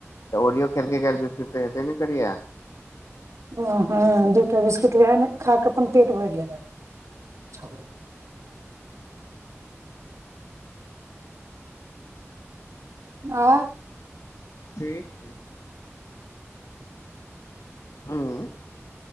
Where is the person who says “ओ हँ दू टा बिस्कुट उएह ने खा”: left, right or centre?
Right